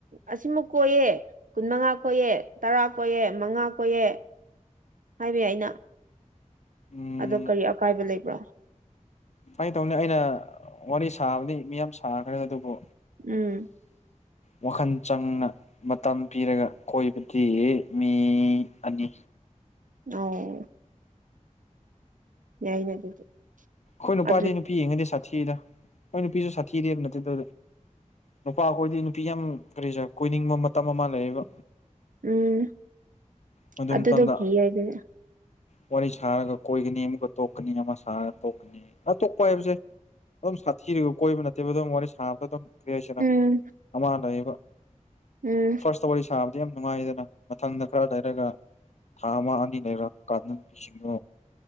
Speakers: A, on the right; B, on the left.
A: ꯑꯁꯤꯃ ꯀꯣꯏꯌꯦ ꯀꯨꯟ ꯃꯉꯥ ꯀꯣꯏꯑꯦ ꯇꯔꯥ ꯀꯣꯏꯌꯦ ꯃꯉꯥ ꯀꯣꯏꯌꯦ ꯍꯥꯏꯕ ꯌꯥꯏꯅ
B: ꯎꯝ
A: ꯑꯥꯗ ꯀꯔꯤ ꯑꯀꯥꯏꯕ ꯂꯩꯕ꯭ꯔꯣ
B: ꯐꯥꯒꯤ ꯇꯧꯅꯤ ꯑꯩꯅ ꯋꯥꯔꯤ ꯁꯥꯕꯗꯤ ꯃꯤ ꯌꯥꯝ ꯁꯥꯈ꯭ꯔꯦ ꯑꯗꯨꯕꯨ
A: ꯎꯝ
B: ꯋꯥꯈꯜ ꯆꯪꯅ ꯃꯇꯝ ꯄꯤꯔꯒ ꯀꯣꯏꯕꯗꯤ ꯃꯤ ꯑꯅꯤ
A: ꯑꯣ ꯌꯥꯏꯅꯦ ꯑꯗꯨꯗꯤ
B: ꯈꯣꯏ ꯅꯨꯄꯥꯗꯤ
A: ꯑꯗꯨ
B: ꯅꯨꯄꯤ ꯌꯦꯡꯉꯗꯤ ꯁꯥꯊꯤꯗ ꯅꯣꯏ ꯅꯨꯄꯤꯖꯨ ꯁꯥꯊꯤꯗꯦꯕ ꯅꯠꯇꯦꯗ ꯅꯨꯄꯥ ꯑꯈꯣꯏꯗꯤ ꯅꯨꯄꯤ ꯌꯥꯝ ꯀꯔꯤꯖꯦ ꯀꯣꯏꯅꯤꯡꯕ ꯃꯇꯝ ꯑꯃ ꯂꯩꯌꯦꯕꯥ
A: ꯎꯝ
B: ꯃꯗꯨ
A: ꯑꯗꯨꯗꯣ
B: ꯃꯇꯝꯗ
A: ꯀꯤꯌꯦ ꯑꯩꯗꯤ
B: ꯋꯥꯔꯤ ꯁꯥꯔꯒ ꯀꯣꯏꯒꯅꯤ ꯑꯃꯨꯛꯀ ꯇꯣꯛꯀꯅꯤ ꯑꯃ ꯁꯥꯔ ꯇꯣꯛꯀꯅꯤ ꯑ ꯇꯣꯛꯄ ꯍꯥꯏꯕꯖꯦ ꯑꯗꯨꯝ ꯁꯥꯊꯤꯔꯒ ꯀꯣꯏꯕ ꯅꯠꯇꯦꯕ ꯑꯗꯨꯝ ꯋꯥꯔꯤ ꯁꯥꯕꯗꯨꯝ ꯀ꯭ꯔꯤꯍꯥꯏꯁꯤꯔ
A: ꯎꯝ
B: ꯑꯃ ꯂꯩꯌꯦꯕ
A: ꯎꯝ
B: ꯐꯥꯔꯁꯇ ꯋꯥꯔꯤ ꯁꯥꯕꯗꯤ ꯌꯥꯝ ꯅꯨꯡꯉꯥꯏꯗꯅ ꯃꯊꯪꯗ ꯈꯥꯔ ꯂꯩꯔꯒ ꯊꯥ ꯑꯃ ꯑꯅꯤ ꯂꯩꯔꯀꯥꯟꯗ ꯅꯨꯄꯤꯁꯤꯡꯗꯣ